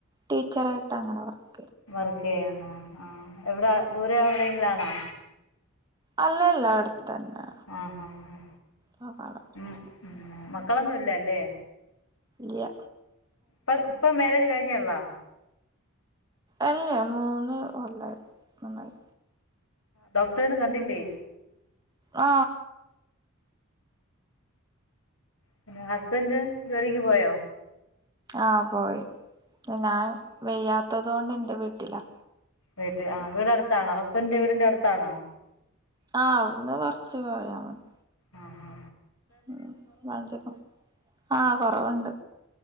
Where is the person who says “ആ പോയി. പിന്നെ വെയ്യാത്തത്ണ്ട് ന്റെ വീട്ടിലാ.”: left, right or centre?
Right